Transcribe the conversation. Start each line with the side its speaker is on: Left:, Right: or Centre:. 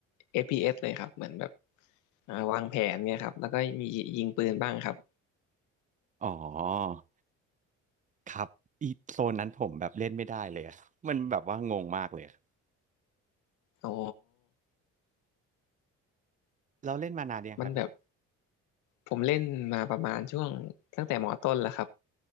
Left: FPS เอสเลยครับเหมือนแบบอ่าวางแผนเนี่ยครับแล้วก็มียิงปืนบ้างครับ
Right: อ๋อครับอีโซนนั้นผมแบบเล่นไม่ได้เลยอะ <laughs> มันแบบว่างงมากเลยอะ
Left: อ๋อ
Right: เราเล่นมานานยังครับเนี่ย
Left: มันแบบผมเล่นมาประมาณช่วงตั้งแต่มอต้นแล้วครับ